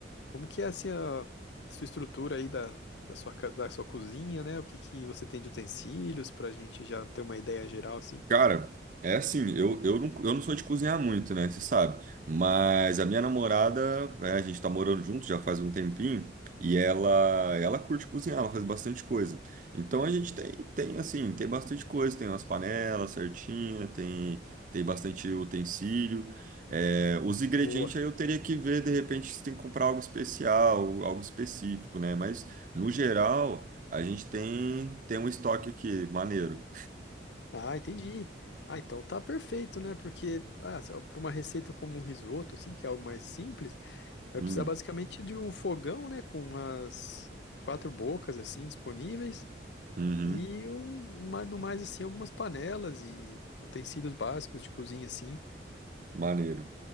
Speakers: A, on the left; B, on the right.
A: Como que é assim a a sua estrutura aí da, da sua, ca- da sua cozinha, né? O que que você tem de utensílios pra gente já ter uma ideia geral assim?
B: Cara, é assim, eu, eu, não, eu não sou de cozinhar muito, né? Você sabe. Mas a minha namorada, é, a gente tá morando junto já faz um tempinho, e ela ela curte cozinhar, ela faz bastante coisa. Então a gente tem, tem assim, tem bastante coisa, tem umas panelas certinha, tem, tem bastante utensílio. É, os ingredientes
A: Boa.
B: aí eu teria que ver, de repente, se tem que comprar algo especial, algo específico, né? Mas, no geral, a gente tem, tem um estoque aqui, maneiro.
A: Ah, entendi. Ah, então tá perfeito, né? Porque ah, para uma receita como um risoto assim, que é algo mais simples, vai
B: Hum,
A: precisar basicamente de um fogão, né, com umas quatro bocas assim disponíveis
B: uhum.
A: e um, mais- no mais assim algumas panelas e utensílios básicos de cozinha assim.
B: Maneiro,